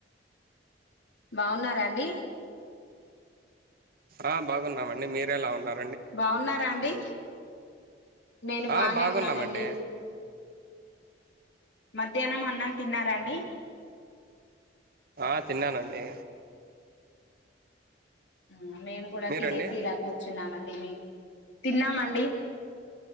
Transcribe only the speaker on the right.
ఆ బాగున్నామండి మీరేలా ఉన్నారు
ఆ బాగున్నామండి
ఆ తిన్నానండి
మీరండి